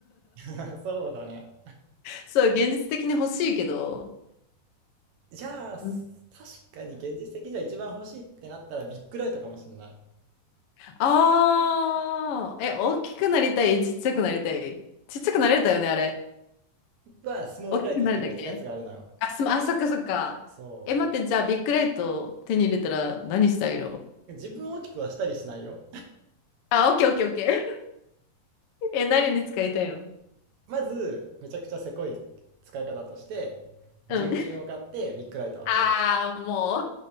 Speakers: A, on the right (about 65°); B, on the left (about 80°).
A: ん、<laughs> そうだね。
B: そう、現実的に欲しいけど。
A: じゃあ、
B: うん
A: 確かに現実的にじゃ一番欲しいってなったらビッグライトかもしれない。
B: ああ、え、大きくなりたい、ちっちゃくなりたい。ちっちゃくなれたよね、あれ。
A: は、スモールライトっていう別のやつがあるのよ。
B: 大きくなるだけあ、すま、あ、そっかそっか。
A: そ
B: え、待って、じゃあ、ビッグライト手に入れたら何したいの
A: う。自分を大きくはしたりしないよ。
B: あ、オッケーオッケーオッケー。<laughs> え、何に使いたいの
A: <laughs> まず、めちゃくちゃせこい使い方として、
B: うん。
A: 純金を買ってビッグライトを当てる。
B: ああ、もう。